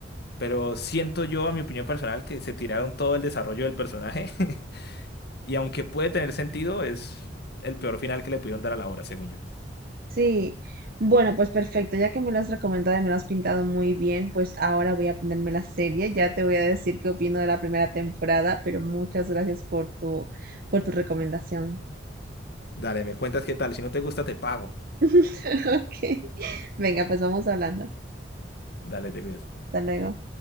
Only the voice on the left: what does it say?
pero siento yo, a mi opinión personal, que se tiraron todo el desarrollo del personaje, <laughs> y aunque puede tener sentido, es el peor final que le pudieron dar a la obra, según yo.
Dale, me cuentas qué tal. Si no te gusta, te pago.
Dale, te cuidas.